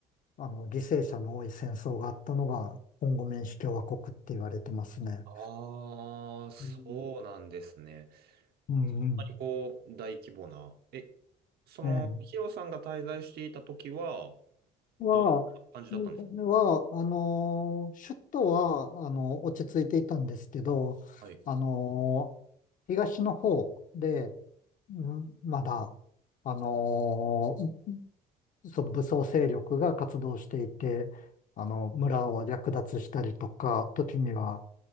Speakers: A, on the left; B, on the right.
A: あの、犠牲者の多い戦争があったのが、コンゴ民主共和国って言われてますね。
B: ああ、そうなんですね。
A: うんうんうん。
B: まりこう、大規模な、え、その、
A: ええ
B: ヒロさんが滞在していた時は、
A: は、
B: どんな感じだったんですか
A: は、あのー、首都は、あの、落ち着いていたんですけど、
B: はい。
A: あのー、東の方で、んまだ、あのー、その武装勢力が活動していて、あの、村を略奪したりとか、時には